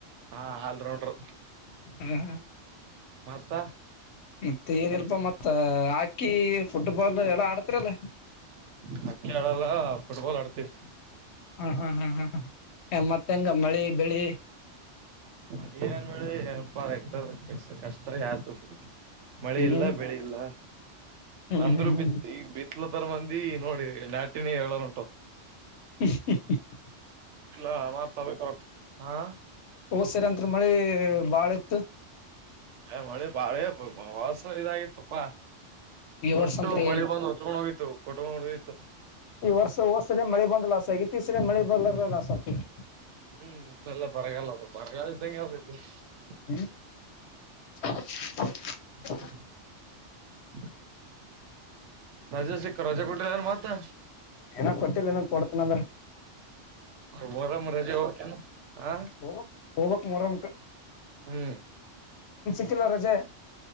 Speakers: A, on the right; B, on the left.
A: ಹಾ ಆಲ್ರೌಂಡರ್
B: ಹಾ ಹಾ
A: ಮತ್ತ
B: ಈಗ್ ತೆಗೆಯದಿಲ್ಪ ಮತ್ತ ಹಾಕಿ ಫುಟ್ಬಾಲ್ ಎಲ್ಲ ಆಡ್ತಿರಲ್ಲ.
A: ಹಾಕಿ ಆಡಲ್ಲ ಫುಟ್ಬಾಲ್ ಆಡ್ತಿವಿ.
B: ಹ ಹ ಹ ಹ ಮತ್ತೆಂಗ ಮಳಿ ಬೆಳಿ
A: ಮಳಿ ಏನ್ ಬೆಳಿಪ್ಪ ರೖತರ್ದು ಕಷ್ಟ ಯಾರ್ದ ಮಳೆ
B: ಹ್ಮ್
A: ಇಲ್ಲ ಬೆಳಿ ಇಲ್ಲ
B: ಹ್ಮ್
A: ಅಂದ್ರು
B: ಹ್ಮ್ ಹ್ಮ್
A: ಬಿತ್ತು ಈ ಬಿ ಇತ್ಲರ ಮಂದಿ ನೋಡಿ ನಾಟಿನಿ ಹೇಳೋರುಂಟು.
B: <unintelligible>
A: ಇಲ್ಲಾ <unintelligible> ಹಾ
B: ಹೋದ್ಸರಂತ್ರು ಮಳೆ ಬಾಳಿತ್ತು.
A: ಮಳಿ ಬಾಳೆ ಹೊದ್ಸಲಿ ಇದಾಗಿತಪ್ಪ.
B: ಈ ವರ್ಷ
A: ಒಟ್ಟು
B: ಅಂತ್ರ
A: ಮಳೆ
B: ಏನಿಲ್ಲ
A: ಬಂದು ಹೊತ್ಕೊಂಡ್ ಹೋಗಿತ್. ತು ಕೊಟ್ರು ನಡೀತ್ತು.
B: ಈ ವರ್ಷ ಹೋದ್ಸರಿ ಮಳೆ ಬಂದ್ ಲಾಸ್ ಆಗೖತಿ ಈ ಸರಿ ಮಳೆ ಬರ್ಲಾರ ಲಾಸ್ ಆಗ್ತೖತಿ.
A: ಹ್ಮ್ ಇಷ್ಟೆಲ್ಲ ಬರಗಾಲಲ್ಲ ಬರಗಾಲ್ದಂಗೆ <unintelligible>
B: ಹ್ಮ <inaudible>
A: ಹ <inaudible> ರಜೆ ಸಿಕ್ಕ್ ರಜೆ ಕೊಟ್ಟಿಲ್ಲೇನ್ ಮತ್ತೆ.
B: ಇನ್ನ ಕೊಟ್ಟಿಲ್ ನಂಗ್ ಕೊಡ್ತೀನಂದರೆ.
A: ಮೊಹರಂಮು ರಜೆ ಹೋಬಕೇನು ಹ
B: ಹೋಗ್ಬಕ್ ಹೋಗ್ಬಕ್ ಮೊಹರಂಕ
A: ಹ್ಮ್.
B: ಚ್ಚಿಲ್ಲ ರಜೆ.